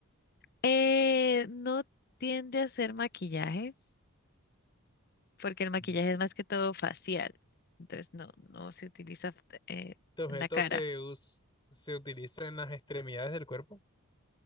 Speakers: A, on the left; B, on the left.
A: Eh, no tiende a hacer maquillaje, porque el maquillaje
B: Como que-
A: es más que todo facial. Entonces no, no se utiliza eh,
B: Tu objeto
A: en la cara.
B: se us- se utiliza en las extremidades del cuerpo,